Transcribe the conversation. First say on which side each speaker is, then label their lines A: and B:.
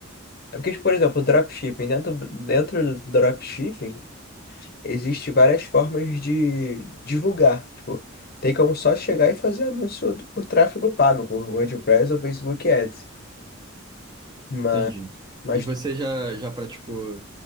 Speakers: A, on the left; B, on the right.
A: É porque, tipo, por exemplo, dropshipping, dentro, dentro do dropshipping, existe várias formas de divulgar. Tipo, tem como só chegar e fazer anúncio do- por tráfego pago, por WordPress ou Facebook Ads. Mas,
B: Entendi.
A: mas
B: E você já, já praticou,